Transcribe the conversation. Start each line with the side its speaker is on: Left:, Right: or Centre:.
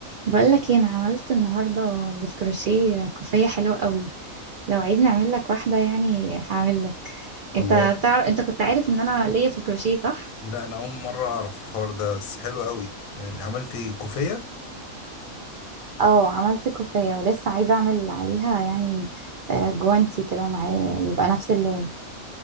Right: بقول لك ايه انا عملت النهارده بالكروشيه كوفيه حلوه قوي لو عايز نعمل لك واحده يعني هعمل لك انت
Left: الله
Right: تعرف انت كنت عارف ان انا ليا في الكروشيه صح
Left: ده انا اول مره اعرف الحوار ده بس حلو قوي يعني عملت كوفيه
Right: اه عملت كوفية ولسه عايزة اعمل عليها يعني آه، جوانتي كده معاه يبقى نفس اللون